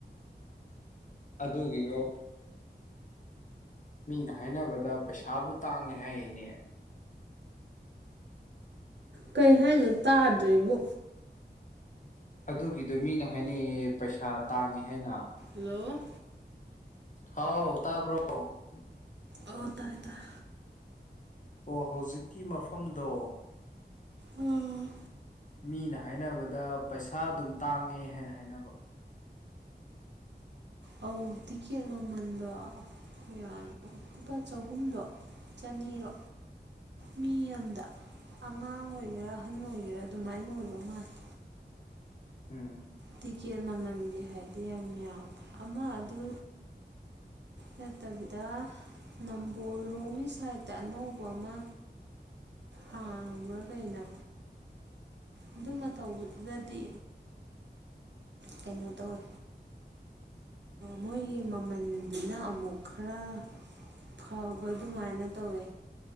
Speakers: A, on the left (about 45°); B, on the right (about 75°).
A: ꯑꯗꯨꯒꯤꯒꯣ ꯃꯤꯅ ꯍꯥꯏꯅꯕꯗ ꯄꯩꯁꯥꯕꯨ ꯇꯥꯡꯉꯦ ꯍꯥꯏꯌꯦꯅꯦ
B: ꯀꯩ ꯍꯥꯏꯅꯣ ꯇꯥꯗ꯭ꯔꯦꯕꯨ
A: ꯑꯗꯨꯒꯤꯗꯣ ꯃꯤꯅ ꯍꯥꯏꯅꯩꯌꯦ ꯄꯩꯁꯥ ꯇꯥꯡꯉꯦ ꯍꯥꯏꯅ
B: ꯍꯜꯂꯣ
A: ꯍꯥꯎ ꯇꯥꯕ꯭ꯔꯣ ꯑꯣ
B: ꯑꯣ ꯇꯥꯏ ꯇꯥꯏ
A: ꯑꯣ ꯍꯧꯖꯤꯛꯀꯤ ꯃꯐꯝꯗꯣ
B: ꯎꯝ
A: ꯃꯤꯅ ꯍꯥꯏꯅꯕꯗ ꯄꯩꯁꯥ ꯑꯗꯨꯝ ꯇꯥꯡꯉꯦ ꯍꯥꯏꯅ ꯍꯥꯏꯅꯕ
B: ꯑꯧ ꯇꯤꯛꯀꯦꯠ ꯃꯃꯟꯗꯣ ꯀꯌꯥꯅꯣ ꯂꯨꯄꯥ ꯆꯍꯨꯝꯂꯣ ꯆꯅꯤꯔꯣ ꯃꯤ ꯑꯝꯗ ꯑꯉꯥꯡ ꯑꯣꯏꯒꯦꯔꯥ ꯑꯍꯟ ꯑꯣꯏꯒꯦꯔꯥ ꯑꯗꯨꯃꯥꯏꯅ ꯑꯣꯏꯕ ꯃꯥꯜꯂꯦ
A: ꯎꯝ
B: ꯇꯤꯛꯀꯦꯠ ꯃꯃꯜꯒꯤ ꯍꯥꯏꯗꯤ ꯌꯥꯝ ꯌꯥꯝꯃꯦ ꯑꯃ ꯑꯗꯨ ꯅꯠꯇꯕꯤꯗ ꯅꯝꯕꯣꯜꯂꯣꯝꯒꯤ ꯁꯥꯏꯠꯇ ꯑꯅꯧꯕ ꯑꯃ ꯍꯥꯡꯕ꯭ꯔ ꯀꯩꯅꯣ ꯑꯗꯨꯃ ꯇꯧꯕꯗꯨꯗꯗꯤ ꯀꯩꯅꯣ ꯇꯧꯋꯦ ꯃꯣꯏꯒꯤ ꯃꯃꯜꯗꯨꯅ ꯑꯃꯨꯛ ꯈꯔ ꯐꯥꯕ ꯑꯗꯨꯃꯥꯏꯅ ꯇꯧꯋꯦ